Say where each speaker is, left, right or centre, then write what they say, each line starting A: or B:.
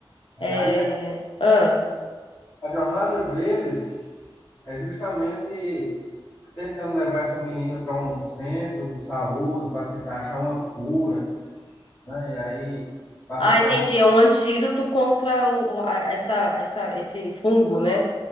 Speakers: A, on the left (about 35°); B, on the left (about 70°).
A: É,
B: É...
A: aí a,
B: Ah.
A: a jornada deles é justamente tentando levar essa menina para um centro de saúde, para tentar achar uma cura, né? E aí passa
B: Ah,
A: por
B: entendi.
A: algum
B: É um antídoto contra o, a- essa, essa, esse fungo, né?